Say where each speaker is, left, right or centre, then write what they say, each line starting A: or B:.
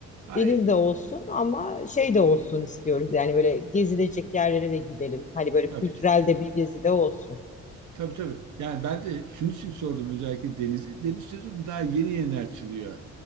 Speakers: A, on the right; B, on the left.
A: Hayır
B: Deniz de olsun ama şey de olsun istiyoruz. Yani böyle gezilecek yerlere de gidelim. Hani böyle
A: tabii
B: kültürel
A: ki.
B: de bir gezi de olsun.
A: Tabii tabii. Yani ben de şunun için sordum özellikle denizi. Deniz sezonu daha yeni yeni açılıyor.